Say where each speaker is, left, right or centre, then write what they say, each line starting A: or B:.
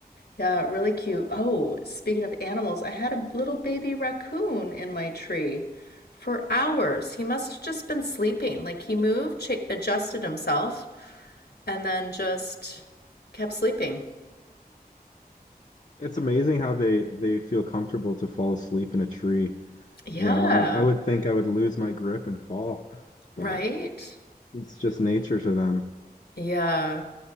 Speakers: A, on the left; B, on the left.
A: Yeah, really cute. Oh, speaking of animals, I had a little baby raccoon in my tree for hours. He must have just been sleeping. Like he moved, cha- adjusted himself, and then just kept sleeping.
B: it's amazing how they they feel comfortable to fall asleep in a tree.
A: Yeah,
B: You know, I, I would think I would lose my grip and fall, but
A: right?
B: it's just nature to them.
A: Yeah.